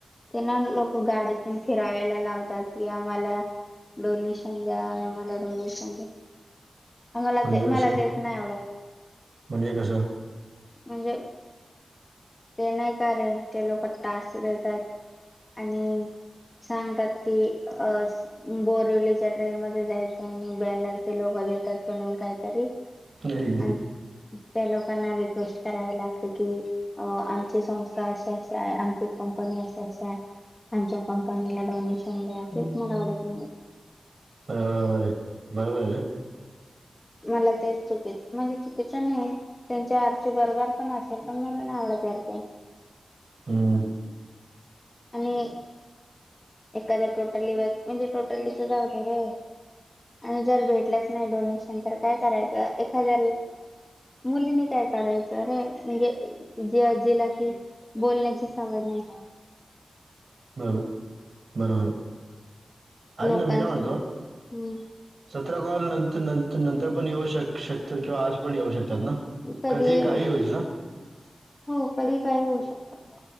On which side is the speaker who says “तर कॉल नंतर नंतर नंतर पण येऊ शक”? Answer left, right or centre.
Right